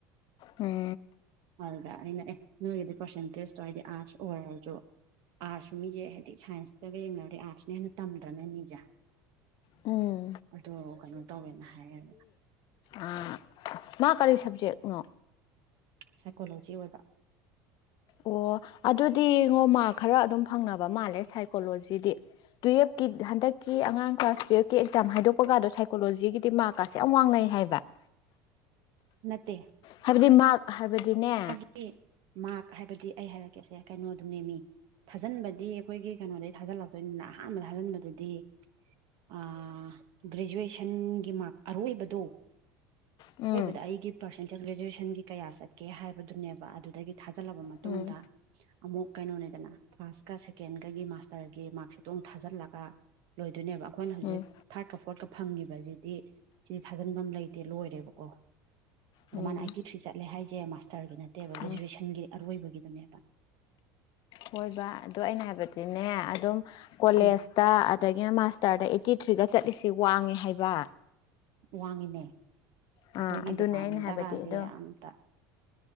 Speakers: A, on the left; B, on the right.
A: ꯎꯝ
B: ꯍꯗ ꯑꯩꯅ ꯑꯦ ꯅꯣꯏꯒꯤꯗꯤ ꯄꯔꯁꯦꯟꯇꯦꯖ ꯇꯣ ꯍꯥꯏꯗꯤ ꯑꯔꯠꯁ ꯑꯣꯔꯜꯖꯨ ꯑꯥꯔꯠꯁ ꯃꯤꯖꯦ ꯍꯥꯏꯗꯤ ꯁꯥꯏꯟꯁꯇꯒ ꯌꯦꯡꯅꯔꯗꯤ ꯑꯥꯔꯠꯁꯅ ꯍꯦꯟꯅ ꯇꯝꯗ꯭ꯔꯅ ꯃꯤꯖꯦ
A: ꯎꯝ
B: ꯑꯗꯨ ꯀꯩꯅꯣ ꯇꯧꯋꯦꯅ ꯍꯥꯏꯌꯦꯕ
A: ꯑꯥ ꯃꯥ ꯀꯔꯤ ꯁꯕꯖꯦꯛꯅꯣ
B: ꯁꯥꯏꯀꯣꯂꯣꯖꯤ ꯑꯣꯏꯕ
A: ꯑꯣ ꯑꯗꯨꯗꯤꯌꯦꯡꯉꯣ ꯃꯥꯛ ꯈꯔ ꯑꯗꯨꯝ ꯐꯪꯅꯕ ꯃꯥꯜꯂꯦ ꯁꯥꯏꯀꯣꯂꯣꯖꯤꯗꯤ ꯇꯨꯌꯦꯜꯞꯀꯤ ꯍꯟꯗꯛꯀꯤ ꯑꯉꯥꯡ ꯀ꯭ꯂꯥꯁ ꯇꯨꯌꯦꯜꯞꯀꯤ ꯑꯦꯛꯖꯥꯝ ꯍꯥꯏꯗꯣꯛꯄ ꯀꯥꯗꯣ ꯁꯥꯏꯀꯣꯂꯣꯖꯤꯒꯤꯗꯤ ꯃꯥꯔꯛ ꯀꯥꯁꯦ ꯁꯤ ꯌꯥꯝ ꯋꯥꯡꯅꯩ ꯍꯥꯏꯕ
B: ꯅꯠꯇꯦ
A: ꯍꯥꯏꯕꯗꯤ ꯃꯥꯔꯛ ꯍꯥꯏꯕꯗꯤꯅꯦ
B: <unintelligible> ꯃꯥꯛ ꯍꯥꯏꯕꯗꯤ ꯑꯩ ꯍꯥꯏꯔꯛꯀꯦꯁꯦ ꯀꯩꯅꯣꯗꯣꯅꯦꯃꯦ ꯊꯥꯖꯤꯟꯕꯗꯤ ꯑꯩꯈꯣꯏꯒꯤ ꯀꯩꯅꯣꯗꯩ ꯊꯥꯖꯤꯜꯂꯛꯇꯣꯏꯅꯤꯅ ꯑꯍꯥꯟꯕꯗ ꯊꯥꯖꯤꯟꯕꯗꯨꯗꯤ ꯑꯥ ꯒ꯭ꯔꯦꯖꯨꯑꯦꯁꯟꯒꯤ ꯃꯥꯛ ꯑꯔꯣꯏꯕꯗꯣ
A: ꯎꯝ
B: ꯇꯥ ꯑꯩꯒꯤ ꯄꯥꯔꯁꯦꯟꯇꯦꯖ ꯒ꯭ꯔꯦꯖꯨꯋꯦꯁꯟꯒꯤ ꯀꯌꯥ ꯆꯠꯀꯦ ꯍꯥꯏꯕꯗꯨꯅꯦꯕ ꯑꯗꯨꯗꯒꯤ ꯊꯥꯖꯤꯜꯂꯕ ꯃꯇꯨꯡꯗ
A: ꯎꯝ
B: ꯑꯃꯨꯛ ꯀꯩꯅꯣꯅꯦꯗꯅ ꯐꯥꯔꯁꯀ ꯁꯦꯀꯦꯟꯒꯒꯤ ꯃꯥꯁꯇꯔꯒꯤ ꯃꯥꯔꯛꯁꯤꯠꯇꯣ ꯑꯃꯨꯛ ꯊꯥꯖꯤꯜꯂꯒ ꯂꯣꯏꯗꯣꯏꯅꯦꯕ ꯑꯩꯈꯣꯏꯅ ꯍꯧꯖꯤꯛ
A: ꯎꯝ
B: ꯊꯥꯔꯠꯀ ꯐꯣꯔꯠꯀ ꯐꯪꯉꯤꯕꯁꯤꯗꯤ ꯁꯤ ꯊꯥꯖꯤꯟꯐꯝ ꯂꯩꯇꯦ ꯂꯣꯏꯔꯦꯕꯀꯣ
A: ꯎꯝ
B: ꯑꯗꯣ ꯃꯥꯅ ꯑꯥꯏꯠꯇꯤ ꯊ꯭ꯔꯤ ꯆꯠꯂꯦ ꯍꯥꯏꯁꯦ ꯃꯥꯁꯇꯔꯒꯤ ꯅꯠꯇꯦꯕ
A: ꯎꯝ
B: ꯒ꯭ꯔꯦꯖꯨꯋꯦꯁꯟꯒꯤ ꯑꯔꯣꯏꯕꯒꯤꯗꯨꯅꯦꯕ
A: ꯍꯣꯏꯕ ꯑꯗꯣ ꯑꯩꯅ ꯍꯥꯏꯕꯗꯤꯅꯦ ꯑꯗꯨꯝ ꯀꯣꯂꯦꯖ
B: ꯎꯝ
A: ꯇ ꯑꯗꯒꯤꯅ ꯃꯥꯁꯇꯔꯗ ꯑꯩꯏꯠꯇꯤ ꯊ꯭ꯔꯤꯒ ꯆꯠꯂꯤꯁꯤ ꯋꯥꯡꯉꯦ ꯍꯥꯏꯕ
B: ꯋꯥꯡꯉꯤꯅꯦ ꯑꯩꯈꯣꯏꯒꯤ
A: ꯑꯥ ꯑꯗꯨꯅꯦ
B: ꯗꯤꯄꯥꯔꯠꯃꯦꯟꯗ
A: ꯑꯩꯅ ꯍꯥꯏꯕꯗꯤ
B: ꯀꯗꯤ
A: ꯑꯗꯣ
B: ꯑꯝꯇ